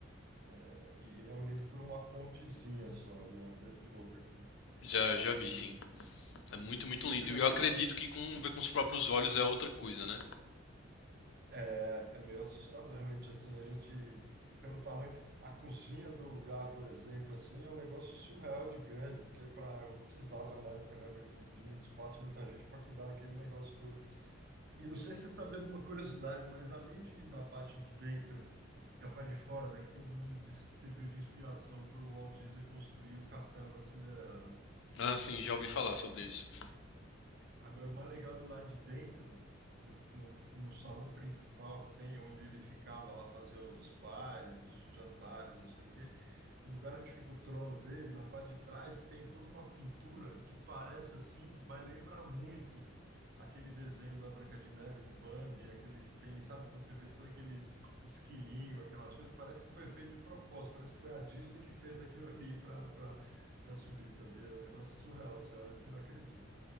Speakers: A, on the right; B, on the left.
A: É, E ele é unido por uma pontezinha só ali, é uma coisa de louco aqui.
B: Já,
A: E,
B: já vi, sim. É muito, muito
A: e
B: lindo.
A: você já
B: E
A: viu?
B: eu acredito que com, ver com os próprios olhos é outra coisa, né?
A: É, é meio assustador, realmente, assim, a gente, pelo tamanho, a cozinha do lugar, por exemplo, assim, é um negócio surreal de grande, porque para eu precisava, na época, né, pra- de, de muito espaço, muita gente para cuidar daquele negócio todo. E não sei se você sabia de uma curiosidade, mas além de, da parte de dentro, da parte de fora, né, que todo mundo disse que serviu de inspiração para o Walt Disney construir o Castelo da Cinderela, né?
B: Ah, sim, já ouvi falar sobre isso.
A: Agora, o mais legal do lado de dentro, no, no, no salão principal que tem, onde ele ficava lá fazer os bailes, os jantares, não sei o quê, no lugar onde fica o trono dele, na parte de trás, tem toda uma pintura que parece assim, mas lembra muito aquele desenho da Branca de Neve, do Bambi, aquele que tem, sabe, quando você vê todos aqueles esquilinhos, aquelas coisas, parece que foi feito de propósito, parece que foi a Disney que fez aquilo ali para subir, sabia? É um negócio surreal, você olha e você não acredita.